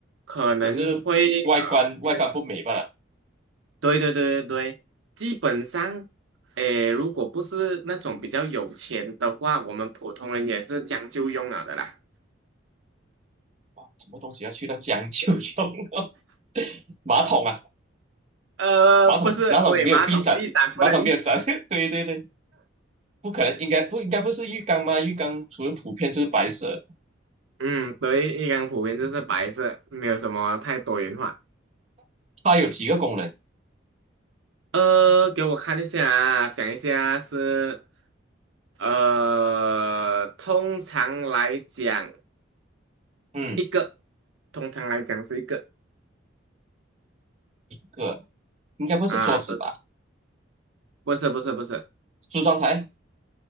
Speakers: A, on the right; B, on the right.
A: 可能会呃，
B: 只是外观外观不美罢了，
A: 对对对对对，基本上，诶，如果不是那种比较有钱的话，我们普通人也是将就用了的啦。
B: 什么东西要去到将就用？<laughs> <laughs> 马桶啊，
A: 呃，
B: 马桶，
A: 不是，
B: 马桶没有壁展，
A: 喂，马桶地板不能
B: 马桶没有展，<laughs> 对对对，不可能，应该不应该不是浴缸吗？浴缸除了普遍就是白色，
A: 嗯，对，一般普遍就是白色，没有什么太多元化。
B: 它有几个功能？
A: 呃，给我看一下啊，想一下是，呃，通常来讲
B: 嗯，
A: 一个，通常来讲是一个
B: 个应该不是桌子吧？
A: 啊，不，不是不是不是，
B: 梳妆台？